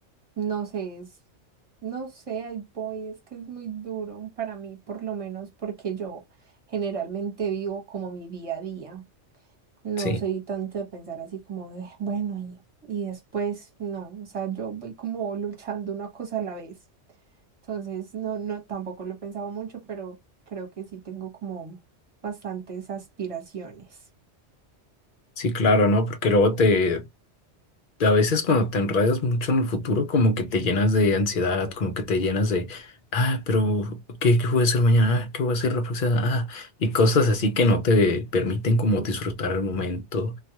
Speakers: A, on the right; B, on the left.
A: No sé, es, no sé, ahí voy, es que es muy duro para mí, por lo menos porque yo generalmente vivo como mi día a día. No
B: Sí,
A: soy tanto de pensar así como de, bueno, y, y después, no, o sea, yo voy como luchando una cosa a la vez. Entonces, no, no, tampoco lo he pensado mucho, pero creo que sí tengo como bastantes aspiraciones.
B: sí, claro, ¿no? Porque luego te, A veces cuando te enredas mucho en el futuro, como que te llenas de ansiedad, como que te llenas de, ah, pero ¿qué, qué voy a hacer mañana? Ah, ¿qué voy a hacer la próxima? Ah, y cosas así que no te permiten como disfrutar el momento,